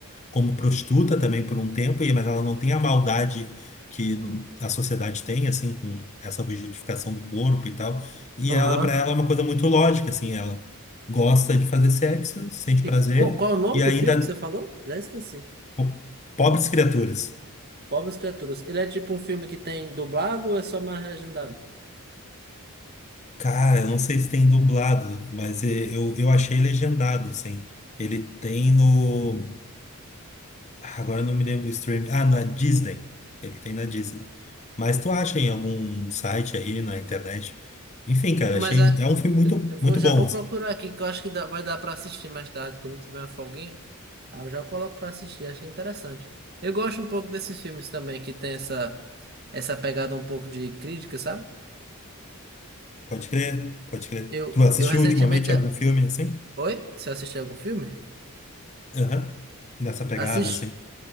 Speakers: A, on the left; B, on the right.
A: como prostituta também por um tempo, e mas ela não tem a maldade que a sociedade tem, assim, com essa objetificação do corpo e tal. E
B: Aham.
A: ela, para ela, é uma coisa muito lógica, assim, ela gosta de fazer sexo, sente prazer,
B: E qual, qual é o nome
A: e ainda,
B: do filme que você falou? Já esqueci.
A: po- pobres criaturas.
B: Pobres Criaturas. Ele é tipo um filme que tem dublado ou é só mais legendado?
A: Cara, eu não sei se tem dublado, mas eh, eu, eu achei legendado, assim. Ele tem no. Agora eu não me lembro o streaming. Ah, na Disney. Ele tem na Disney. Mas tu acha em algum site aí na internet? Enfim, cara,
B: Mas
A: achei.
B: é.
A: É um filme muito,
B: Eu eu vou,
A: muito
B: já
A: bom,
B: vou
A: assim.
B: procurar aqui, que eu acho que dá- vai dar pra assistir mais tarde, quando tiver uma folguinha. Aí eu já coloco pra assistir, achei interessante. Eu gosto um pouco desses filmes também, que tem essa, essa pegada um pouco de crítica, sabe?
A: Pode crer, pode crer.
B: Eu,
A: Tu assistiu
B: eu recentemente.
A: ultimamente
B: a-
A: algum filme assim?
B: Oi? Você assistiu algum filme?
A: Aham. Nessa pegada,
B: Assisti.
A: assim.